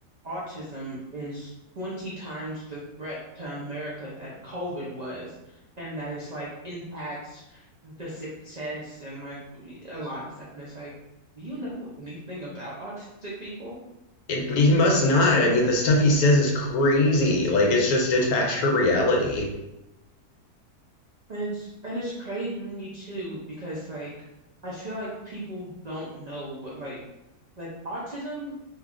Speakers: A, on the right; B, on the left.
A: autism is 20 times the threat to America that COVID was, and that it's like impacts the success and like a lot of stuff. And it's like, do you know anything about autistic people?
B: It, he must not. I mean, the stuff he says is crazy. Like it's just detached from reality.
A: And it's and it's crazy to me too, because like I feel like people don't know what like like autism